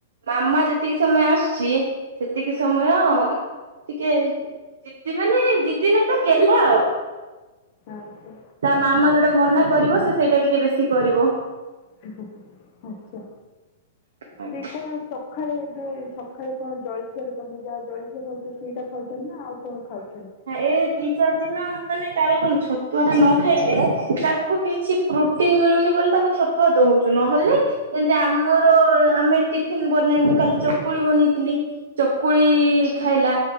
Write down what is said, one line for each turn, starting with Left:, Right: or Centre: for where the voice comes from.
Right: ମାମା ଯେତିକି ସମୟ ଆସୁଛି, ସେତିକି ସମୟ ଟିକେ ଜିଦି ମାନେ ଜିଦି ନାଇ ତ ଗେଲ୍ହା ଆଉ।
Left: ଆଚ୍ଛା
Right: ତା ମାମା ଯୋଉଟା ମନା କରିବ ସେ ସେଇଟା ଟିକେ ବେଶୀ କରିବ।
Left: <unintelligible> ଆଚ୍ଛା
Right: ଆଜ୍ଞା।
Left: ସେ କଣ ସ ସଖାଳେ ଏବେ ସଖାଳେ କଣ ଜଳଖିଆ ଦୋକାନକୁ ଯାଅ ଜଳଖିଆ ଖାଉ ସେଇଟା ଖାଉଛନ୍ତି ନା ଆଉ କଣ ଖାଉଛନ୍ତି?
Right: ଏ ଦି ଚାରି ଦିନ ମାନେ ତାର କଣ ଛତୁଆ ଟା ନ ଖାଇଲେ ତାକୁ କିଛି ପ୍ରୋଟିନ ମିଳୁନି ବୋଲି ତାକୁ ଛତୁଆ ଦଉଛୁ, ନହେଲେ ଯେମିତି ଆମର ଆମେ ଟିଫିନ ବନେଇବୁ, ମୁଁ କାଲି ଚକୁଳି ବନେଇଥିଲି। ଚକୁଳି ଖାଇଲା।